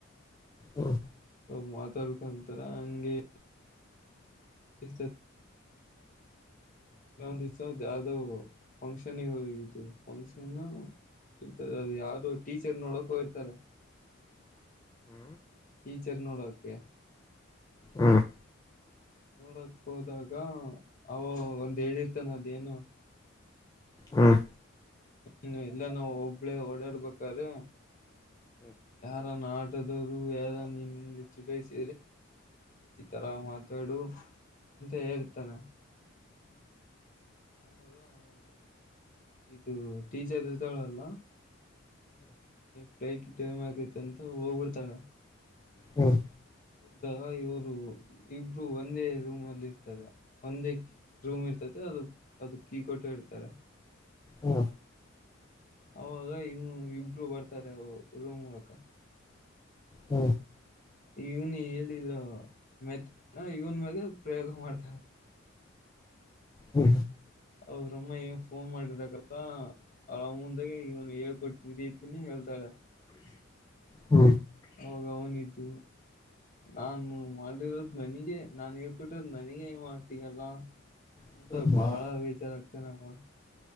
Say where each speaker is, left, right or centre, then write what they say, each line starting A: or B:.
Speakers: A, on the left (about 20°); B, on the left (about 40°).
A: ಹ್ಮ್
B: ಸೊ ಮಾತಾಡ್ಕೊಂತಾರ ಹಂಗೆ ಇ ಒಂದಸೌ ಯಾವ್ದೋ ಫಂಕ್ಷನ್ ಇ ಇದು ಫಂಕ್ಷನ್ ಇರ್ತದ ಅದು ಯಾರ್ದು ಟೀಚರ್ ನೋಡಕೋ ಇರ್ತಾರೆ ಟೀಚರಿನೋಡ ಒಕೆ
A: ಹ್ಮ್
B: ನೋಡಕ್ ಹೋದಾಗ ಅವೋ ಒಂದ್ ಹೇಳಿರ್ತಾನ ಅದೇಏನು
A: ಹ್ಮ್
B: ಇ ಎಲ್ಲ ನಾ ಒಬ್ಳೇ ಓಡಾಡ್ಬೇಕ್ರೀ ಯಾರಾನ ಆಟದವರು ಯಾರ ನಿನ್ನಿಂದೆ ಚಿಟಸ ಈ ತರ ಮಾತಾಡು ಅಂತ ಹೇಳ್ತಾನ ಹೌದ ಹದು ಇದು ಟೀಚರ್ ಇರ್ತಲ್ಲ ಫ್ಲೈಟ್ ಟೈಮ್ ಆಗೈತ ಅಂತ ಹೋಗ್ಬಿಡ್ತಾಳ
A: ಹ್ಮ್
B: ಹೌದಾಗ ಇವರು ಇಬ್ರು ಒಂದೇ ರೂಮ್ಲ್ಲಿ ಇರ್ತಾರೆ ಒಂದೇ ರೂಮ್ ಇರ್ತದೆ ಅದು ಅದು ಕೀ ಕೊಟ್ಟ ಇರ್ತಾರ
A: ಹ್ಮ
B: ಅವಾಗ ಹನ್ನು ಇಬರು ಬರ್ತಾರೆ ರೂಮ್ ಮೂಲಕ
A: ಹ್ಮ
B: ಇವನಿ ಹೇಳಿದ್ರು ಮೆತ್ತ ಇವನ್ ಮಾಗೆ ಪ್ರಯೋಗ ಮಾಡ್ತಾರೆ
A: ಹ್ಮ
B: ಅವ್ರಮ್ಮ ಏನ್ ಫೋನ್ ಮಾಡಿದಕಲ್ಲ ಆರಾಮ್ ಮುಂದಾಗೆ ಇವನು ಹೇಳ್ಕೊಟ್ಟಿದಿತೀನಿ ಹೇಳ್ತಾಳೆ
A: ಹ್ಮ
B: ಹೋಗ ಅವನಿದ್ದು ನಾನು ಮಾಡಿರೋದ ನನಿಗೆ ನಾನ್ ಹೇಳ್ಕಿಟ್ಟಿರೋದ ನನಗ ಮಾಡ್ತೀಯಲ್ಲ ಹಮ
A: ಹ್ಮ್
B: ಬಾಳ
A: ಹ್ಮ್
B: ವೇಚಾರಾಗತನೆ ಹ